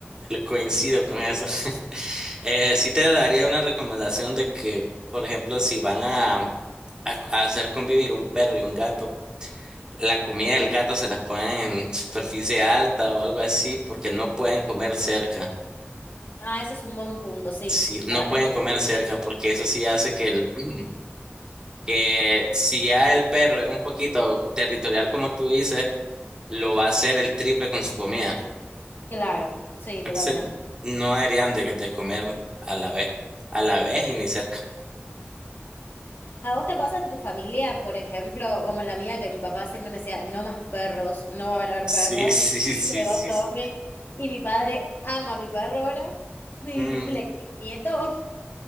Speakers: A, on the right; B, on the left.
A: Le Coincido con eso. <laughs> Eh, sí te daría una recomendación de que, por ejemplo, si van a, a- a hacer convivir un perro y un gato, la comida del gato se las pongan en superficie alta o algo así, porque no pueden comer cerca.
B: Ah, ese es un buen punto, sí.
A: Sí, no
B: A ver,
A: pueden
B: te
A: comer cerca, porque eso sí hace que el, <clears throat> que si ya el perro es un poquito territorial como tú dices, lo va a hacer el triple con su comida.
B: Claro, sí,
A: Entonces,
B: totalmente.
A: no deberían de, de comer a la vez, a la vez y ni cerca.
B: ¿A vos te pasa en tu familia, por ejemplo, como en la mía, que mi papá siempre me decía, no más perros, no van a haber
A: Sí,
B: perros?
A: sí,
B: Y
A: sí,
B: llegó
A: sí.
B: Tommy,
A: sí.
B: y mi padre ama a mi perro ahora, y
A: Mm,
B: le dice, nieto,